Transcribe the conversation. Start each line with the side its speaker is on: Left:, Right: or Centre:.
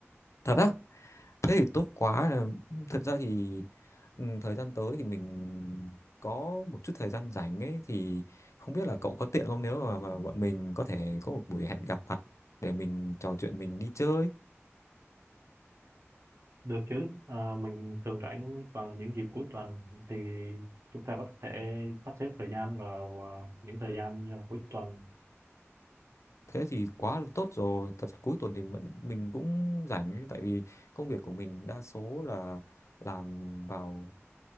Left: thật á thế thì tốt quá thật ra thì ừ, thời gian tới thì mình có một chút thời gian rảnh ấy thì không biết là cậu có tiện không nếu mà, mà bọn mình có thể có một buổi hẹn gặp mặt để mình trò chuyện mình đi chơi
Right: Được chứ, Ờ, mình thường rảnh vào những dịp cuối tuần thì chúng ta có thể sắp xếp thời gian vào ờ, những thời gian như là cuối tuần.
Left: thế thì quá là tốt rồi thật ra cuối tuần thì vẫn- mình cũng rảnh ấy, tại vì công việc của mình đa số là làm vào